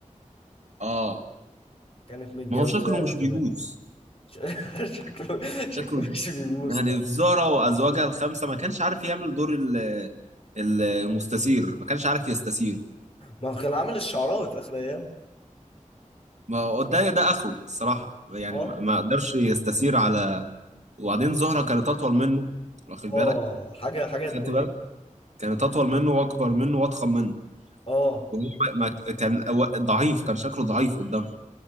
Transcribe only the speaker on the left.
كانت متجوزاه
زمان
ش- <laughs> شكله شكله
مش بيبوس
لا
ما هو كان عامل الشعراوي في اخر ايام
اه
اه
حاجه حاجه
تضايق
اه